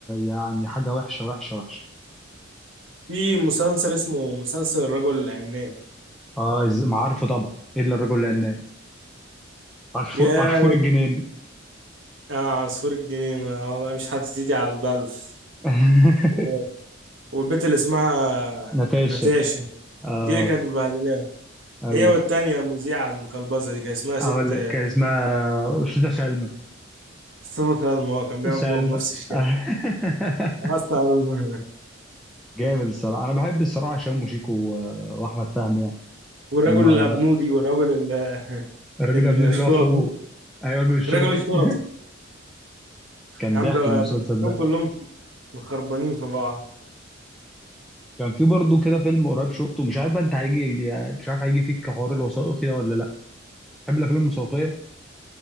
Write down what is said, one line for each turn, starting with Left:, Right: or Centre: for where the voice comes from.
Centre: يعني حاجة وحشة وحشة وحشة
Right: في مسلسل اسمه مسلسل الرجل العناب
Centre: اه إز- ما عارفه طبعا إلا الرجل العناب عصفور
Right: جامد
Centre: عصفور الجنين
Right: آه عصفور الجنينة آه، والله مش هتيجي على البلف
Centre: <laughs>
Right: و- والبت اللي اسمها
Centre: ناتاشا
Right: ناتاشا
Centre: اه
Right: دي اللي كانت مبهدلاهم
Centre: ايوه
Right: هي والتانية المذيعة المقلبزة دي كان اسمها ست
Centre: اقول لك كان اسمها أستاذة سلمى
Right: صفة سلمى هو كان بيعجبه
Centre: سلمى
Right: بابا بنفس الشكل
Centre: <laughs>
Right: أصلا <laughs>
Centre: جامد الصراحة انا بحب الصراحة هشام وشيكو و- واحمد فهمي يعني.
Right: والرجل
Centre: اما
Right: الأبنودي والرجل ال-
Centre: الراجل
Right: ال-
Centre: الأبني
Right: الشرطي
Centre: ده اللي هو اخوه ايوه الراجل الشرطي
Right: رجل الشرطي
Centre: <laughs> كان
Right: يا عم
Centre: ضحك
Right: ده ده
Centre: المسلسل
Right: التلاتة
Centre: ده
Right: كلهم مخربانين في بعض
Centre: كان في برضه كده فيلم قريب شفته مش عارف بقى انت هيجي يعني مش عارف هيجي فيك حوار الوثائقي ده ولا لا تحب الافلام الوثائقيه